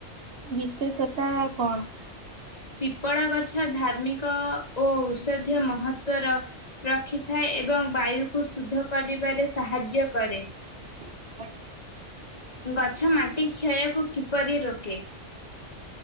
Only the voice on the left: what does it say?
ପିପଳ ଗଛ ଧାର୍ମିକ ଓ ଔଷଧୀୟ ମହତ୍ଵର ରଖିଥାଏ ଏବଂ ବାୟୁକୁ ଶୁଦ୍ଧ କରିବାରେ ସାହାଯ୍ୟ କରେ
ଗଛ ମାଟି କ୍ଷୟକୁ କିପରି ରୋକେ